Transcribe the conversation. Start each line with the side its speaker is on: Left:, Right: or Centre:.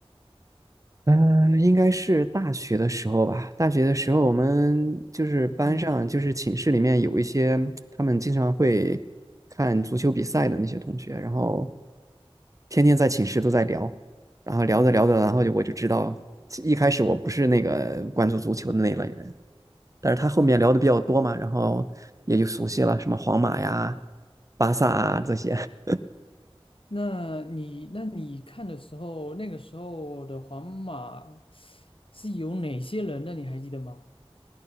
Right: 嗯、呃，应该是大学的时候吧。大学的时候，我们就是班上，
Left: 嗯
Right: 就是寝室里面有一些他们经常会看足球比赛的那些同学，然后天天在寝室都在聊，然后聊着聊着，然后就我就知道，一开始我不是那个关注足球的那一类人，但是他后面聊的比较多嘛，
Left: 嗯，
Right: 然后也就熟悉了，什么皇马呀、巴萨啊这些。<laughs>
Left: 那你那你看的时候，那个时候的皇马是有哪些人呢？你还记得吗？